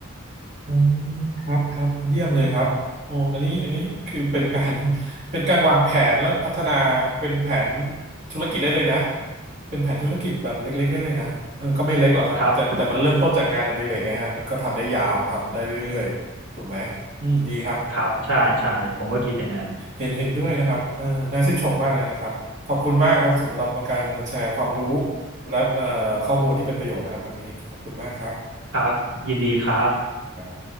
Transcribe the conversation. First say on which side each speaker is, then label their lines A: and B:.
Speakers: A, on the right; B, on the right.
A: อืมครับครับเยี่ยมเลยครับโอ้อันนี้อันนี้คือเป็นการ <laughs> เป็นการวางแผนและพัฒนาเป็นแผนธุรกิจได้เลยนะเป็นแผนธุรกิจแบบเล็กๆได้เลยนะเออก็ไม่เล็กหรอกครับแต่แต่มันเริ่มต้นจากงานอดิเรกไงฮะมันก็ทำได้ยาวทำได้เรื่อยๆถูกไหมอืมดีครับ
B: ครับครับใช่ใช่ผมก็คิดอย่างนั้น
A: เห็นเห็นด้วยนะครับเออน่าชื่นชมมากเลยนะครับขอบคุณมากครับสำหรับการมาแชร์ความรู้และเอ่อข้อมูลที่เป็นประโยชน์นะครับวันนี้ขอบคุณมากครั
B: ครับยินดีครับ
A: บ